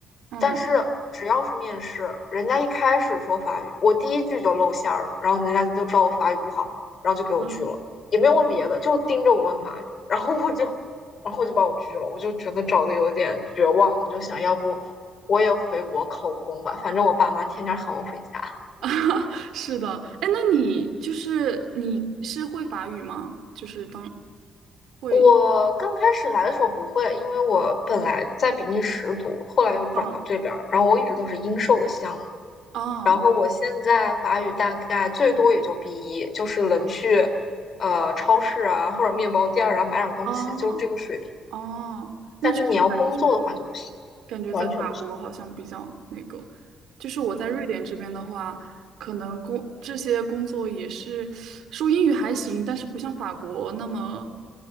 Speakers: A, on the right; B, on the left.
A: 嗯
B: 但是只要是面试，人家一开始说法语，我第一句就露馅儿了，然后人家就知道我法语不好，然后就给我拒了，
A: 嗯，
B: 也没有问别的，就盯着我问法语，然后我就，然后就把我拒了，我就觉得找的有点绝望，我就想要不我也回国考公吧，反正我爸妈天天喊我回家。
A: 啊 <laughs>，是的。哎，那你就是你是会法语吗？就是当会，
B: 我刚开始来的时候不会，因为我本来在比利时读，后来又转到这边儿，
A: 嗯
B: 然后我一直都是英授的项目，
A: 哦
B: 然后我现在法语大概最多也就 b 一，就是能去呃超市啊或者面包店儿啊买点儿东西，
A: 哦
B: 就是这个水平。
A: 哦，那确实感觉。
B: 但是你要工作的话就不行，
A: 感觉在法国好像比较那个，
B: 完全不行。
A: 就是我在瑞典这边的话，可能工这些工作也是说英语还行，但是不像法国那么，